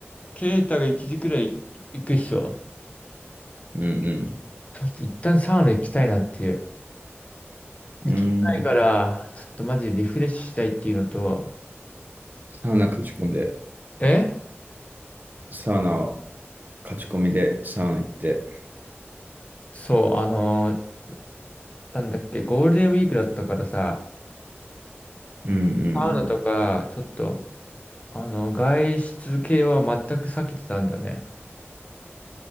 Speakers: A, on the left; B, on the right.
A: ケイタが1時くらい行くっしょ。
B: うん
A: ちょっと一旦サウナ行きたいなっていう。行きたいから、
B: うん。うん。
A: ちょっとマジでリフレッシュしたいっていうのと、
B: サウナ勝ち込んで、
A: え
B: サウナを勝ち込みでサウナ行って。
A: そう、あのーなんだっけ、ゴールデンウィークだったからさ、
B: うんう
A: サウナとか、
B: ん
A: ちょっと、あの、外出系は全く避けてたんだよね。